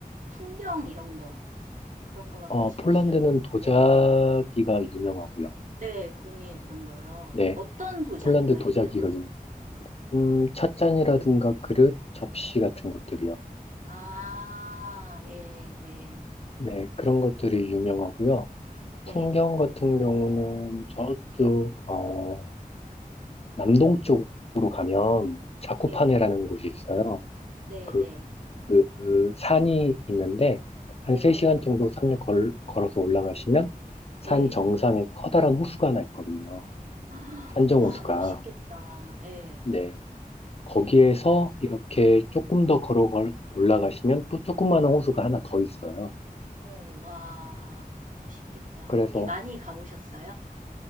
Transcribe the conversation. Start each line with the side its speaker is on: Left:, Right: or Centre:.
Right: 풍경 이런 거. 그런 거밖에
Left: 어,
Right: 잘
Left: 폴란드는
Right: 기억이
Left: 도자기가
Right: 예.
Left: 유명하고요.
Right: 네, 공예 그런 거요.
Left: 네,
Right: 어떤 도자기가
Left: 폴란드 도자기가
Right: 유명한
Left: 유명.
Right: 거?
Left: 음, 찻잔이라든가 그릇, 접시 같은 것들이요.
Right: 아, 예, 예.
Left: 네, 그런 것들이 유명하고요.
Right: 네,
Left: 풍경 같은 경우는 저쪽, 어, 남동쪽으로 가면 자쿠파네라는
Right: 예,
Left: 곳이 있어요.
Right: 네,
Left: 그,
Right: 네,
Left: 그, 그 산이 있는데 한
Right: 네,
Left: 3시간 정도 산을 걸, 걸어서 올라가시면 산
Right: 네.
Left: 정상에 커다란 호수가 하나 있거든요.
Right: <gasps>
Left: 산정
Right: 와,
Left: 호수가.
Right: 멋있겠다. 예,
Left: 네 거기에서
Right: 네.
Left: 이렇게 조금 더 걸어 올라가시면 또 조그마한 호수가 하나 더 있어요.
Right: 뭐, 와, 멋있겠다.
Left: 그래서
Right: 거기 많이 가보셨어요?